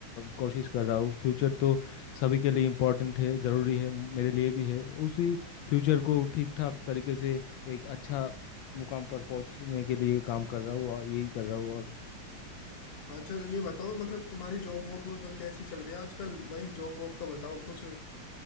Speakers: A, on the left; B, on the left.
A: कोशिश कर रहा हूँ फ्यूचर तो सभी के लिए इम्पोर्टेंट है ज़रूरी है मेरे लिए भी है उसी फ्यूचर को ठीक ठाक तरीके से एक अच्छा मुकाम पर पहुंचने के लिए काम कर रहा हूँ और यही कर रहा हूँ और
B: अच्छा ये बताओ मतलब तुम्हारी जॉब वॉब कैसी चल रही है आजकल भाई जॉब वॉब का बताओ कुछ